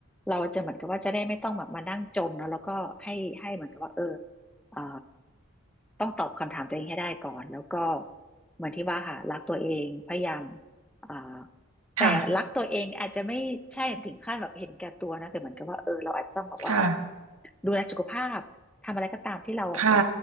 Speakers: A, in the centre; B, on the right.
A: เราจะเหมือนกับว่าจะได้ไม่ต้องแบบมานั่งจมเนอะแล้วก็ให้ให้เหมือนกับว่าเออ เอ่อต้องตอบคำถามตัวเองให้ได้ก่อนแล้วก็เหมือนที่ว่าค่ะรักตัวเองพยายามเอ่อแต่รักตัวเองอาจจะไม่ใช่ถึงขั้นแบบเห็นแก่ตัวนะแต่เหมือนกับว่าเออเราอาจจะต้องแบบว่า
B: ค่ะค่ะ
A: ดูแลสุขภาพทำอะไรก็ตามที่เราเอ่อ
B: ค่ะ